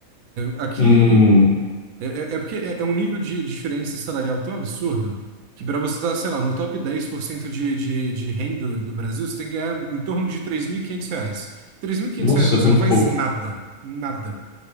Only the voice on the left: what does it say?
Hum,
nossa,
é muito
pouco.